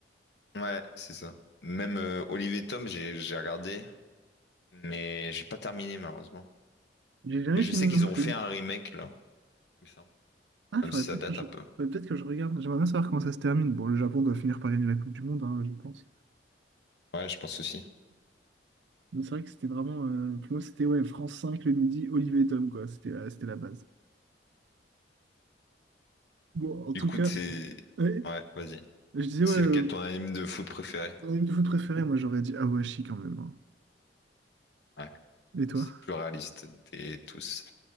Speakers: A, on the left; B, on the right.
A: Ouais, c'est ça. Même euh, Olivier Tom, j'ai j'ai regardé, mais j'ai pas terminé malheureusement.
B: J'ai jamais
A: Je
B: fini
A: sais
B: non
A: qu'ils
B: plus.
A: ont fait un remake là, il me semble.
B: Ah, faudrait
A: même si ça
B: peut-être
A: date
B: que je...
A: un peu.
B: faudrait peut-être que je regarde. J'aimerais bien savoir comment ça se termine. Bon, le Japon doit finir par gagner la Coupe du Monde, hein, je pense.
A: Ouais, je pense aussi.
B: Mais c'est vrai que c'était vraiment. euh, Pour moi, c'était ouais, France 5 le midi, Olivier et Tom, quoi. C'était la... c'était la base. Bon, en tout
A: Du coup,
B: cas,
A: c'est...
B: ouais,
A: Ouais, vas-y.
B: je disais,
A: C'est
B: ouais, euh,
A: lequel ton anime de foot préféré?
B: Mon anime de foot préféré, moi j'aurais dit Awashi quand même. hein.
A: Ouais,
B: Et toi?
A: c'est le plus réaliste des tous.